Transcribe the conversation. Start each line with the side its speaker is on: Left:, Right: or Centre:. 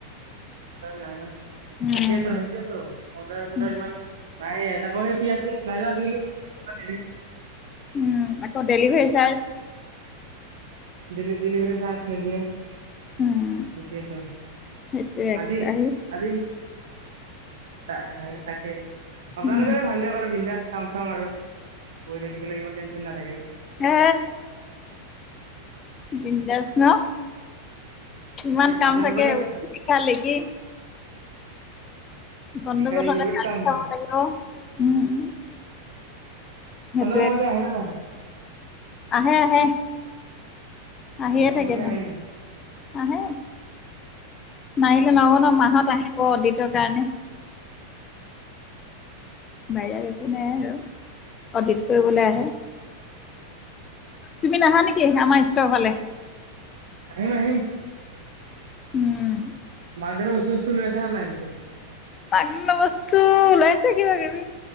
Right: অৰ্ডাৰ নাই ন?
Left: উম
Right: তাকেতো, সেইটোৱেটো, অৰ্ডাৰ-চৰ্দাৰ
Left: উম
Right: ইমান নাই তাকো সেই পিয় ফেৰলভলি পাচ টকাত নিদিয়ে।
Left: উম, আকৌ ডেলিভাৰী চাৰ্জ
Right: ডেলি-ডেলিভাৰি চাৰ্জ নিদিয়ে। সেইটোৱে
Left: উম
Right: টো,
Left: সেইটো এক্সট্ৰা
Right: আজি-আজি তা তা তাকে আপোনালোকৰে
Left: উম
Right: ভাল দিয়ক আৰু বিন্দাছ চাম-চাম আৰু গৈ থাকিব লাগিব ইমান টেনশ্যন নাথাকে।
Left: হে বিন্দাছ ন ইমান
Right: এ
Left: কাম
Right: আপোনালোকৰে
Left: থাকে
Right: ভাল
Left: লিখা-লিখি, গণ্ডগোল
Right: একেলগে
Left: হ'লে
Right: বহুত
Left: গালি
Right: কাম
Left: খাব লাগিব, উম সেইটোৱে
Right: হেল্ল সিহঁতি আহিলে নাই
Left: আহে আহে আহিয়ে
Right: চন্দন
Left: থাকে
Right: মামাহতি
Left: ন
Right: আহে নেকি?
Left: আহে নাহিলে নহব ন মাহত আহিব দ কাৰণে বেলেগ একো নাই আৰু অডিত কৰিবলে আহে তুমি নাহা নেকি আমাৰ ষ্টৰৰ ফালে
Right: আহিম আহিম।
Left: উম
Right: মানুহ জনে কইছো জুইতো লৈ আছে নাই পিছে
Left: অন্য বস্তু ওলাইছ কিবা কিবি,